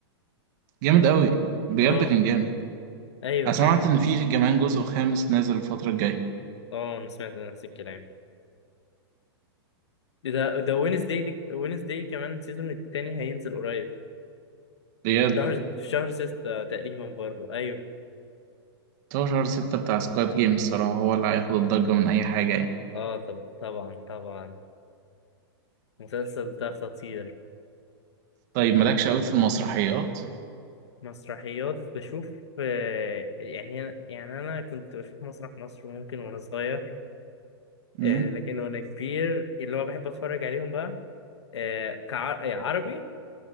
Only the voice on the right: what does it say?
جامد قوي بجد
كان جامد
أنا سمعت
إن في كمان جزء خامس نازل الفترة الجاية
بجد
16 ستة بتاع سكواد جيم الصراحة هو اللي هياخد الضجة من أي حاجة يعني
طيب مالكش قوي في المسرحيات
مم.